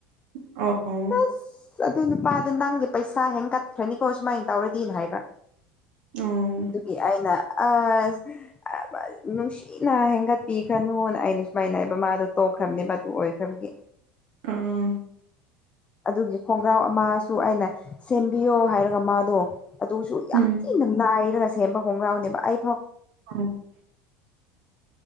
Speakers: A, on the right; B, on the left.
A: ꯑꯣ ꯑꯣ
B: ꯑꯁ ꯑꯁ ꯑꯗꯨ ꯅꯨꯄꯥꯗꯣ ꯅꯪꯒꯤ ꯄꯩꯁꯥ ꯍꯦꯟ ꯀꯠꯈ꯭ꯔꯅꯤꯀꯣ ꯁꯨꯃꯥꯏꯅ ꯇꯧꯔꯗꯤꯅ ꯍꯥꯏꯕ
A: ꯑꯣ
B: ꯑꯗꯨꯒꯤ ꯑꯩꯅ ꯑꯁ <unintelligible> ꯅꯨꯡꯁꯤꯅ ꯍꯦꯟꯒꯠꯄꯤꯈ꯭ꯔꯅꯨꯅ ꯑꯩꯅ ꯁꯨꯃꯥꯏꯅ ꯍꯥꯏꯕ ꯃꯥꯗꯣ ꯇꯣꯛꯈ꯭ꯔꯕꯅꯦ ꯑꯣꯏꯈ꯭ꯔꯕꯒꯤ
A: ꯑꯥ
B: ꯑꯗꯨꯒꯤ ꯈꯣꯡꯒ꯭ꯔꯥꯎ ꯑꯃꯁꯨ ꯑꯩꯅ ꯁꯦꯝꯕꯤꯌꯣ ꯍꯥꯏꯔꯒ ꯃꯥꯗꯣ ꯑꯗꯨꯁꯨ ꯌꯥꯝ
A: ꯎꯝ
B: ꯊꯤꯅ ꯅ ꯂꯥꯏꯔꯒ ꯁꯦꯝꯕ ꯈꯣꯡꯒ꯭ꯔꯥꯎꯅꯦꯕ ꯑꯩ ꯐꯥꯎ
A: <unintelligible>